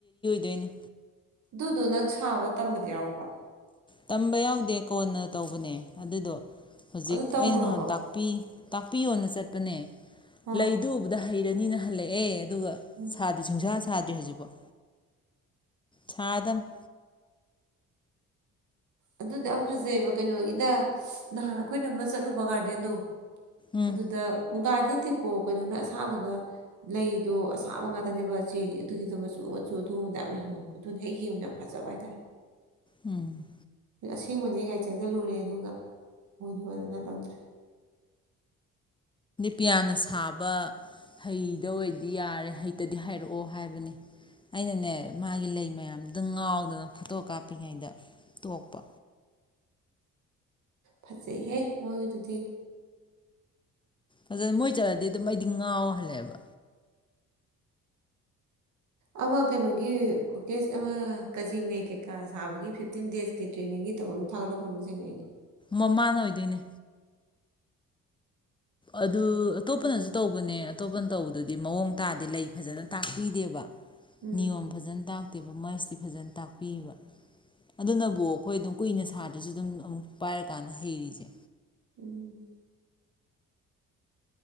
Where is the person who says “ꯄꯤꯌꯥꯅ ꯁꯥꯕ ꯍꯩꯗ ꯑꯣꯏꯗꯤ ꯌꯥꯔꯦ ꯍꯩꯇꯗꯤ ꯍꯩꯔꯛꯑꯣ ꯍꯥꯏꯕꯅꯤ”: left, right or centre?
Left